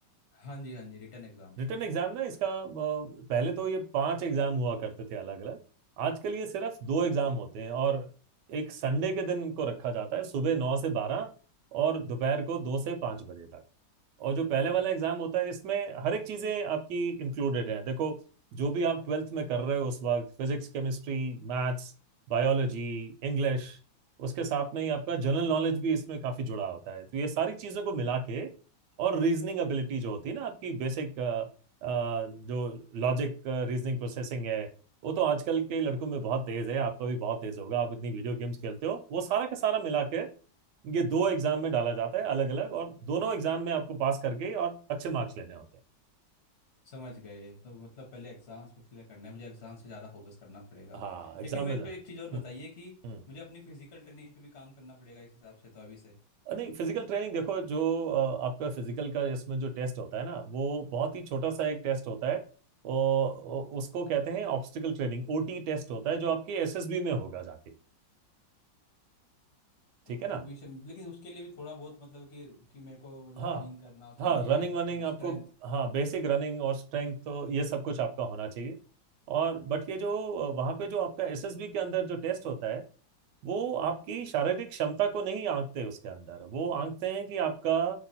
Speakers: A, on the left; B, on the right.
A: हाँ जी हाँ जी रिटर्न एग्ज़ाम्स
B: रिटन
A: में
B: एग्जाम ना इसका अ, पहले तो ये पांच एग्जाम हुआ करते थे अलग अलग आजकल ये सिर्फ दो एग्जाम होते हैं और एक संडे के दिन इनको रखा जाता है सुबह नौ से बारह और दोपहर को दो से पांच बजे तक और जो पहले वाला एग्जाम होता है इसमें हर एक चीजें आपकी इंक्लूडेड हैं देखो जो भी आप ट्वेल्थ में कर रहे हो उस वक्त physics chemistry maths biology English उसके साथ में ही आपका जनरल नॉलेज भी इसमें काफी जुड़ा होता है तो ये सारी चीजों को मिला के और रीजनिंग एबिलिटी जो होती है ना आपकी बेसिक जो लॉजिक रीजनिंग प्रोसेसिंग है वो तो आजकल के लड़कों में बहुत तेज है आपका भी बहुत तेज होगा आप इतनी वीडियो गेम्स खेलते हो वो सारा का सारा मिला के ये दो एग्जाम में डाला जाता है अलग अलग और दोनों एग्जाम में आपको पास करके और अच्छे मार्क्स लेने होते हैं
A: समझ गए तो मतलब पहले एग्जाम्स को क्लियर करना है मुझे एग्जाम से ज़्यादा फोकस करना पड़ेगा
B: हाँ एग्जाम
A: लेकिन मेरे
B: में जा
A: को एक चीज़ और बताइए
B: हम्म
A: कि
B: हम्म।
A: मुझे अपनी फिजिकल ट्रेनिंग पे भी काम करना पड़ेगा इस हिसाब से तो अभी से
B: अ, नहीं फिजिकल ट्रेनिंग देखो जो अ, आपका फिजिकल का इसमें जो टेस्ट होता है ना वो बहुत ही छोटा सा एक टेस्ट होता है वो उसको कहते हैं ऑब्स्टिकल ट्रेनिंग ओटी टेस्ट होता है जो आपके एसएसबी में होगा जाके
A: तो
B: ठीक है ना
A: अभी से लेकिन उसके लिए भी थोड़ा बहुत मतलब कि कि मेरे को मतलब
B: हाँ
A: रनिंग करना चाहिए
B: हाँ रनिंग
A: और
B: वनिंग आपको
A: स्ट्रेंथ
B: हाँ बेसिक रनिंग और स्ट्रेंथ तो ये सब कुछ आपका होना चाहिए और बट ये जो अ, वहाँ पे जो आपका एसएसबी के अंदर जो टेस्ट होता है वो आपकी शारीरिक क्षमता को नहीं आंकते उसके अंदर वो आंकते हैं कि आपका